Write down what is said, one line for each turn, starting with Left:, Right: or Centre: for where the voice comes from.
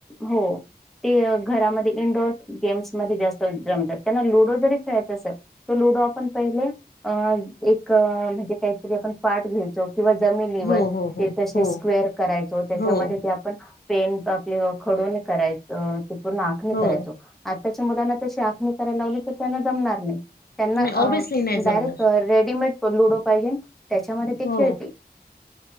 Centre: हो, ते घरामध्ये इंडोर गेम्स मध्ये जास्त जमतात, त्यांना लुडो जरी खेळायच असेल तर लुडो आपण पहिले अ एक म्हणजे काहीतरी आपण पाठ घे घ्यायचो किंवा जमिनीवर,
Left: हो हो
Centre: ते तसेच
Left: हो
Centre: स्क्वेअर करायचो. त्याच्यामध्ये
Left: हो हो
Centre: ते आपण, पेन आपले खडूने करायचो, पूर्ण आखनी करायचो,
Left: हो
Centre: आताच्या मुलाना. तशी आखणी करायला लावली तर त्यांना जमणार नाही, त्यांना
Left: नाही ऑब्विसली नाही जमणार
Centre: डायरेक्ट रेडिमेट लुडो पाहिजे त्याच्यामध्ये ते
Left: हो
Centre: खेळतील.